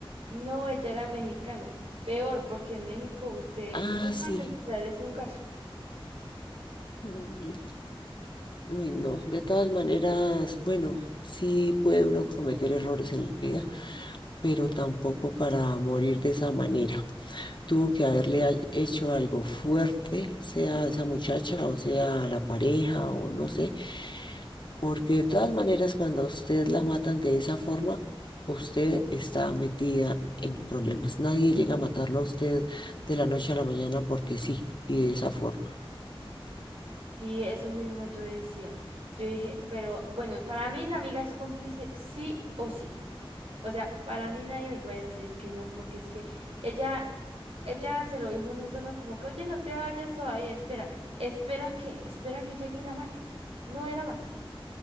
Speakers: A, on the right; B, on the left.
A: No, ella era mexicana. Peor, porque en México usted
B: Ah,
A: nunca
B: sí.
A: se esclarece un caso.
B: Mm, Uy, no. De todas maneras, bueno, sí puede uno cometer errores en la vida, pero tampoco para morir de esa manera. Tuvo que haberle ha- hecho algo fuerte, sea a esa muchacha o sea a la pareja o no sé, Porque de todas maneras, cuando a usted la matan de esa forma, usted está metida en problemas. Nadie llega a matarlo a usted de la noche a la mañana porque sí, y de esa forma.
A: Sí, eso mismo yo decía. Yo dije, pero bueno, para mí la amiga es cómplice sí o sí. O sea, para mí nadie me puede decir que no, porque es que ella, ella se lo dijo en un tono como que, oye, no te vayas todavía, espera, espera que, espera que llegue y la mate. No era más.